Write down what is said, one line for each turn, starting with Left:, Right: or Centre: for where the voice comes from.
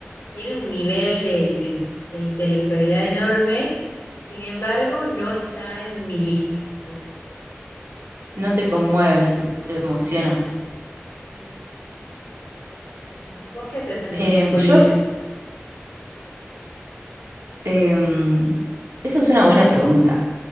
Left: tiene un nivel de, de de intelectualidad enorme, sin embargo, no está en mi lista, Borges.
Right: no te conmueve, no te emociona.
Left: Ujú, ujú. ¿Vos qué haces en
Right: Em,
Left: tu tiempo libre?
Right: yo, em, eso es una buena pregunta,